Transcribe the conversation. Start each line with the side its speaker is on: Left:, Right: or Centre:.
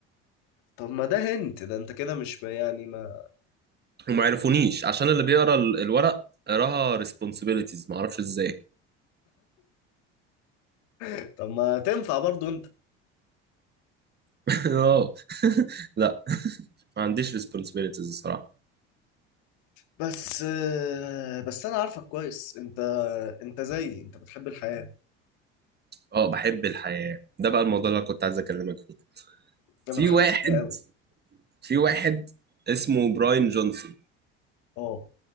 Left: طب ما ده هنت ده انت كده مش ما- يعني ما
Right: وما عرفونيش عشان اللي بيقرا ال- الورق قراها responsibilities ما اعرفش ازاي
Left: طب ما تنفع برضه انت
Right: <laughs> اه لا ما عنديش responsibilities الصراحة
Left: بس آه، بس انا عارفك كويس انت انت زيي انت بتحب الحياة
Right: اه بحب الحياة ده بقى الموضوع اللي أنا كنت عايز اكلمك فيه
Left: انا
Right: في
Left: بحب
Right: واحد
Left: الحياة قوي
Right: في واحد اسمه براين جونسون
Left: اه